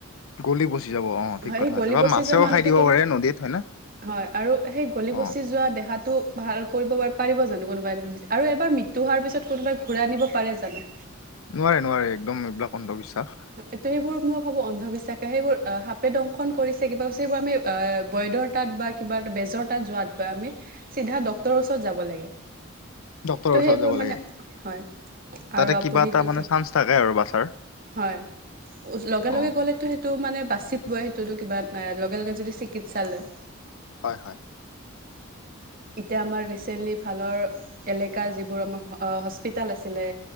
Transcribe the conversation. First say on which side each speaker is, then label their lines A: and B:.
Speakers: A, on the left; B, on the right.
A: গলি-পচি যাব অ, ঠিক
B: হয়
A: কথা
B: সেই
A: কৈছা,
B: গলি
A: বা
B: পচি
A: মাছেও
B: যোৱা মানুহটো
A: খাই দিব
B: কোনো
A: পাৰে নদীত হয় না?
B: হয়, আৰু সেই গলি-পচি
A: অ
B: যোৱা দেহাটো ভাল কৰিব পাৰিব জানো কোনোবাই, আৰু এবাৰ মৃত্যু হোৱাৰ পিছত কোনোবাই ঘূৰাই আনিব পাৰে জানো।
A: নোৱাৰে, নোৱাৰে একদম এইবিলাক অন্ধবিশ্বাস।
B: ত, সেইবোৰ মই ভাবো, অন্ধবিশ্বাস। সেইবোৰ সাপে দংশন কৰিছে কিবা সেইবোৰ আমি বৈদৰ তাত বা কিবা এটা বেজৰ তাত যোৱাতকৈ আমি, চিধা ডক্তৰৰ ওচৰত যাব লাগে।
A: ডক্তৰৰ
B: ত,
A: ওচৰত
B: সেইবোৰ
A: যাব
B: মানে,
A: লাগে
B: হয়।
A: তাতে
B: আৰু আপনিটো
A: কিবা এটা মানে চান্স থাকে আৰু বাচাৰ
B: হয়, লগে
A: অ
B: লগে গ'লেতো টো, মানে বাচিবই সেইটোতো কিবা ন, লগে লগে যদি চিকিৎসালয়।
A: হয়, হয়।
B: এতিয়া আমাৰ ৰিচেণ্টলি, ভালৰ। এলেকা যিবোৰ, আমাৰ হস্পিতাল আছিলে,